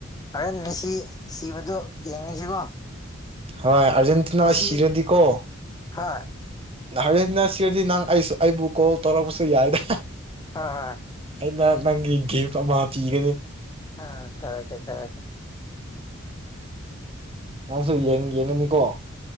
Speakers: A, on the left; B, on the right.
A: ꯍꯔꯦꯟꯅꯦꯁꯤ ꯁꯤꯕꯗꯣ ꯌꯦꯡꯉꯁꯤꯀꯣ
B: ꯍꯣꯏ ꯑꯔꯖꯦꯟꯇꯅꯥ
A: ꯉꯁꯤ
B: ꯁꯤꯔꯗꯤ ꯀꯣ
A: ꯍꯣꯏ
B: ꯍꯔꯦꯟꯅ ꯁꯤꯔꯗꯤ ꯅꯪ ꯑꯩꯁꯨ ꯑꯩꯕꯨ ꯀꯣꯜ ꯇꯧꯔꯛꯄꯁꯨ ꯌꯥꯏꯗ
A: ꯍꯣꯏ ꯍꯣꯏ
B: ꯑꯩꯅ ꯅꯪꯒꯦ ꯃꯥ ꯄꯤꯒꯅꯦ
A: ꯑ ꯇꯔꯣꯀꯦ ꯇꯔꯣꯀꯦ
B: ꯅꯪꯁꯨ ꯌꯦꯡꯉꯅꯤꯀꯣ